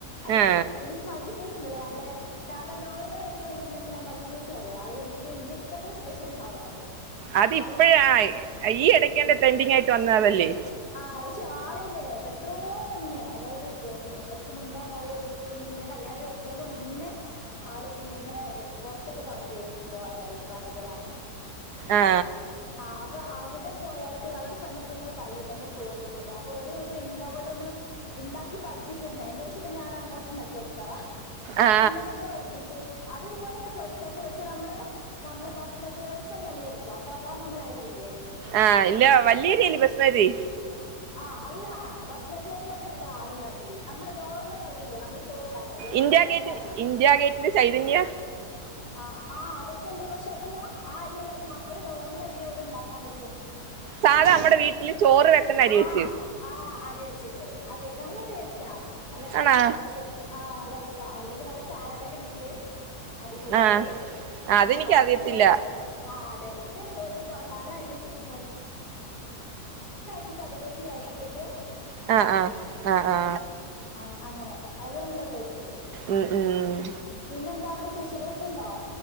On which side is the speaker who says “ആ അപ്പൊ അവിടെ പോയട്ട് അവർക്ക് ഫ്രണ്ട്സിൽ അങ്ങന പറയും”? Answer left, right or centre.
Left